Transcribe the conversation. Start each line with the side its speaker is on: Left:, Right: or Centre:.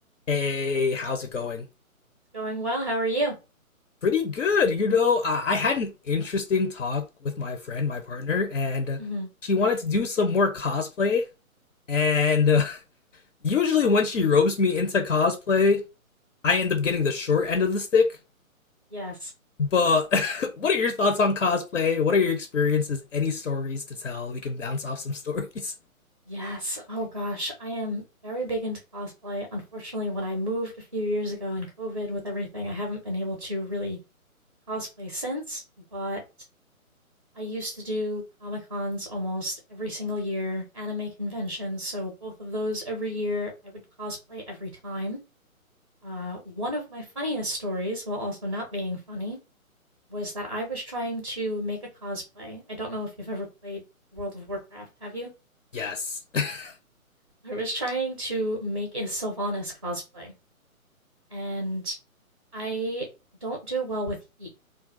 Left: Hey, how's it going?
Right: Going well. How are you?
Left: Pretty good. You know, uh, I had an interesting talk with my friend, my partner, and uh,
Right: hmm
Left: she wanted to do some more cosplay. And uh, <laughs> usually, when she ropes me into cosplay, I end up getting the short end of the stick.
Right: Yes.
Left: But <laughs> what are your thoughts on cosplay? What are your experiences? Any stories to tell? We can bounce off some stories. <laughs>
Right: Yes. Oh gosh, I am very big into cosplay. Unfortunately, when I moved a few years ago in COVID with everything, I haven't been able to really cosplay since, but I used to do Comic Cons almost every single year, anime conventions. So both of those every year, I would cosplay every time. Uh, one of my funniest stories, while also not being funny, was that I was trying to make a cosplay. I don't know if you've ever played World of Warcraft, have you?
Left: Yes. <laughs>
Right: I was trying to make a Sylvanas cosplay, and I don't do well with heat,